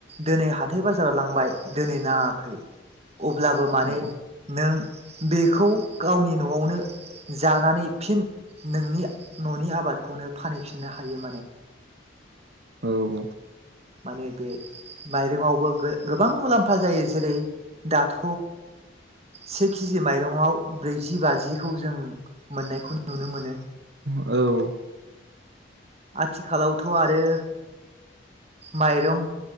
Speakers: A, on the right (about 30°); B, on the right (about 55°).
A: दोनै हाथाय बाजाराव लांबाय दोनै नाङाखै अब्लाबो माने
B: औ
A: नों बेखौ गावनि न'आवनो जानानै फिन नोंनि न'नि आबादखौनो फानहैफिननो हायो माने।
B: औ औ।
A: माने बे माइरंआवबो गे गोबां मुलाम्फा जायो। जेरै दाथ' से केजि माइरंआव ब्रैजि बाजिखौ जों मोननायखौ नुनो मोनो।
B: औ।
A: आथिखालावथ' आरो माइरं